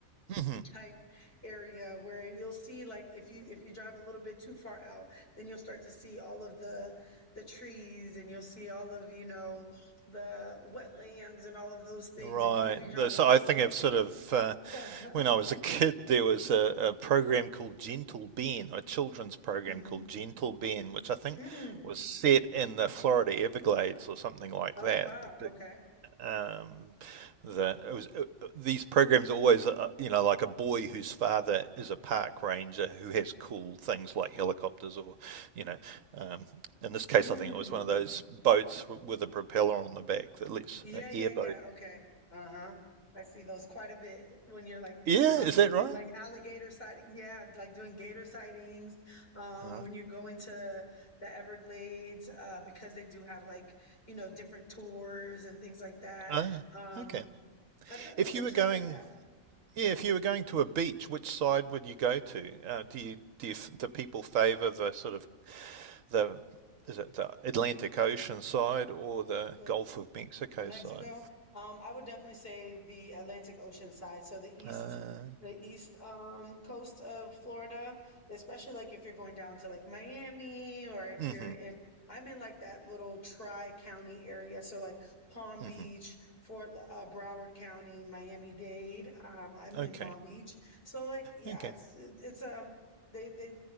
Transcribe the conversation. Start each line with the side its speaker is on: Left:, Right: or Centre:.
Right: hmm
Left: type area where you'll see like if you if you drive a little bit too far out then you'll start to see all of the the trees and you'll see all of you know the wetlands and all of those things
Right: Right.
Left: if you if you drive
Right: The- So
Left: a little
Right: I think
Left: bit
Right: I've sort of, uh,
Left: <laughs> uh-huh.
Right: when I was a kid, there was a, a program called Gentle Ben, a children's program
Left: hmm
Right: called Gentle Ben, which I think
Left: mm.
Right: was set in the Florida Everglades or something like
Left: oh
Right: that.
Left: wow
Right: The big-
Left: okay
Right: Um, the it was uh, uh, these programs are always, uh, you know, like a boy whose father is a park ranger who has cool things like helicopters or, you know, um, in this case,
Left: Mm.
Right: I think it was one of those boats w- with a propeller on the back that lets
Left: Yeah,
Right: uh,
Left: yeah,
Right: airboat.
Left: yeah. Okay. Uh-huh. I see those quite a bit when you're like
Right: Yeah,
Left: um
Right: is
Left: doing
Right: that right?
Left: like alligator sighting. Yeah, like doing gator sightings. Um,
Right: Alright.
Left: when you're going to the Everglades, uh, because they do have like, you know, different tours and things like that.
Right: Ah,
Left: Um,
Right: okay.
Left: I've done
Right: If
Left: like
Right: you
Left: a trip
Right: were going,
Left: like that.
Right: yeah, if you were going to a beach, which side would you go to? Uh, do you do you, do people favor the sort of the is it the Atlantic Ocean side or the
Left: hmm
Right: Gulf of Mexico
Left: Mexico.
Right: side?
Left: Um, I would definitely say the Atlantic Ocean side. So the east,
Right: Uh,
Left: the east um, coast of Florida, especially like if you're going down to like Miami or if
Right: mm-hmm,
Left: you're in, I'm in like that little tri-county area. So like Palm
Right: mm-hmm.
Left: Beach, Fort L- uh, Broward County, Miami-Dade. Um, I'm
Right: Okay,
Left: in Palm Beach. So like, yeah,
Right: okay.
Left: it's, it's, um, they, they,